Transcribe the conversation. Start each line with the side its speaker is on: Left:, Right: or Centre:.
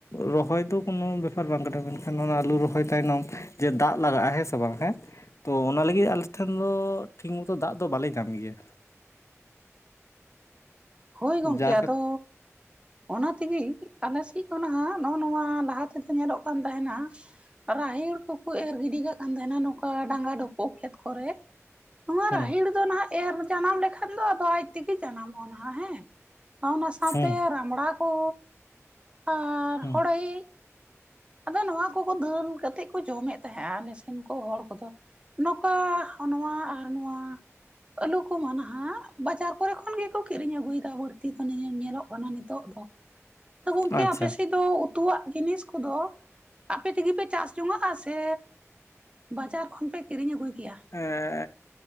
Left: ᱨᱚᱦᱚᱭ ᱫᱚ ᱠᱳᱱᱳ ᱵᱮᱯᱟᱨ ᱵᱟᱝ ᱠᱟᱱᱟ ᱢᱮᱱᱠᱷᱟᱱ ᱚᱱᱟ ᱟᱹᱞᱩ ᱨᱚᱦᱚᱭ ᱛᱟᱭᱱᱚᱢ ᱡᱮ ᱫᱟᱜ ᱞᱟᱜᱟᱜᱼᱟ ᱦᱮᱸᱥᱮ ᱵᱟᱝ ᱦᱮᱸ ᱛᱚ ᱚᱱᱟ ᱞᱟᱹᱜᱤᱫ ᱟᱞᱮ ᱴᱷᱮᱱ ᱫᱚ ᱴᱷᱤᱠ ᱢᱚᱛᱚ ᱫᱟᱜ ᱫᱚ ᱵᱟᱞᱮ ᱠᱟᱢ ᱜᱮᱭᱟ᱾
Right: ᱦᱳᱭ
Left: ᱡᱟ
Right: ᱜᱚᱝᱠᱮ
Left: ᱠᱟᱛ
Right: ᱟᱫᱚ ᱚᱱᱟ ᱛᱮᱜᱮ ᱟᱞᱮ ᱥᱮᱫ ᱫᱚ ᱱᱟᱦᱟᱸᱜ ᱱᱚᱜᱼᱚ ᱱᱚᱣᱟ ᱞᱟᱦᱟ ᱛᱮᱫᱚ ᱧᱮᱞᱚᱜ ᱠᱟᱱ ᱛᱟᱦᱮᱸᱱᱟ ᱨᱟᱦᱮᱲ ᱠᱚᱠᱚ ᱮᱨ ᱜᱤᱰᱤ ᱠᱟᱜ ᱠᱟᱱ ᱛᱟᱦᱮᱸᱱᱟ ᱱᱚᱝᱠᱟ ᱰᱟᱸᱜᱟ ᱰᱳᱯᱳ ᱠᱷᱮᱛ ᱠᱚᱨᱮ᱾ ᱱᱚᱣᱟ
Left: ᱦᱩᱸ
Right: ᱨᱟᱦᱮᱲ ᱫᱚ ᱱᱟᱦᱟᱸᱜ ᱮᱨ ᱡᱟᱱᱟᱢ ᱞᱮᱠᱷᱟᱱ ᱫᱚ ᱟᱫᱚ ᱟᱡ ᱛᱮᱜᱮ ᱡᱟᱱᱟᱢᱚᱜᱼᱟ ᱱᱟᱦᱟᱸᱜ ᱦᱮᱸ᱾ ᱚᱱᱟ ᱥᱟᱶᱛᱮ
Left: ᱦᱩᱸ
Right: ᱨᱟᱢᱲᱟ ᱠᱚ ᱟᱨ
Left: ᱦᱩᱸ
Right: ᱦᱚᱲᱮᱡᱽ ᱟᱫᱚ ᱱᱚᱣᱟ ᱠᱚᱠᱚ ᱫᱷᱟᱹᱞ ᱠᱟᱛᱮᱜᱽ ᱠᱚ ᱡᱚᱢᱮᱫ ᱛᱟᱦᱮᱸᱜᱼᱟ ᱟᱞᱮ ᱥᱮᱱ ᱠᱚ ᱦᱚᱲ ᱠᱚᱫᱚ᱾ ᱱᱚᱝᱠᱟ ᱱᱚᱣᱟ ᱟᱨ ᱱᱚᱣᱟ ᱟᱹᱞᱩ ᱠᱚᱢᱟ ᱱᱟᱦᱟᱸᱜ ᱵᱟᱡᱟᱨ ᱠᱚᱨᱮ ᱠᱷᱚᱱ ᱜᱮᱠᱚ ᱠᱤᱨᱤᱧ ᱟᱹᱜᱩᱭᱫᱟ ᱵᱟᱹᱲᱛᱤ ᱫᱚ ᱧᱮᱞ ᱧᱮᱞᱚᱜ ᱠᱟᱱᱟ ᱱᱤᱛᱚᱜ ᱫᱚ᱾ ᱟᱫᱚ ᱜᱚᱝᱠᱮ
Left: ᱟᱪᱪᱷᱟ
Right: ᱟᱯᱮ ᱥᱮᱫ ᱫᱚ ᱩᱛᱩᱣᱟᱜ ᱡᱤᱱᱤᱥ ᱠᱚᱫᱚ ᱟᱯᱮ ᱛᱮᱜᱮ ᱯᱮ ᱪᱟᱥ ᱡᱚᱝᱟᱜ-ᱟ ᱥᱮ ᱵᱟᱡᱟᱨ ᱠᱷᱚᱱ ᱯᱮ ᱠᱤᱨᱤᱧ ᱟᱹᱜᱩᱭ ᱜᱮᱭᱟ?
Left: ᱮᱸᱜ